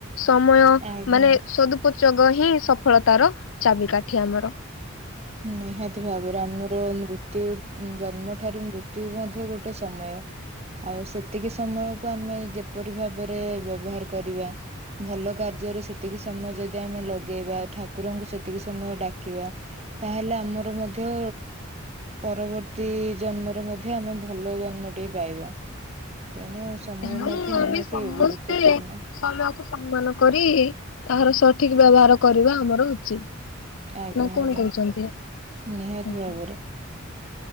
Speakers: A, on the left; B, on the right.
A: ସମୟ
B: ଆଜ୍ଞା।
A: ମାନେ ସଦୁପଯୋଗ ହିଁ ସଫଳତାର ଚାବିକାଠି ଆମର।
B: ନିହାତି ଭାବରେ ଆମର ମୃତ୍ୟୁ ଜନ୍ମ ଠାରୁ ମୃତ୍ୟୁ ମଧ୍ୟ ଗୋଟେ ସମୟ। ଆଉ ସେତିକି ସମୟକୁ ଆମେ ଯେପରି ଭାବରେ ବ୍ୟବହାର କରିବା ଭଲ କାର୍ଯ୍ୟରେ ସେତିକି ସମୟ ଯଦି ଆମେ ଲଗେଇବା ଠାକୁରଙ୍କୁ ସେତିକି ସମୟ ଡାକିବା ତାହେଲେ ଆମର ମଧ୍ୟ ପରବର୍ତ୍ତୀ ଜନ୍ମରେ ମଧ୍ୟ ଆମେ ଭଲ ଜନ୍ମଟି ପାଇବା। ତେଣୁ ସମୟ
A: ତେଣୁ
B: ମଧ୍ୟ ନିହାତି
A: ଆମେ ସମସ୍ତେ
B: ଗୁରୁତ୍ୱପୂର୍ଣ୍ଣ।
A: ସମୟକୁ ସମ୍ମାନ କରି ତାହାର ସଠିକ୍ ବ୍ୟବହାର କରିବା ଆମର ଉଚିତ୍।
B: ଆଜ୍ଞା
A: ନା କଣ
B: ଆଜ୍ଞା
A: କହୁଛନ୍ତି
B: ନିହାତି
A: ଆଜ୍ଞା?
B: ଭାବରେ।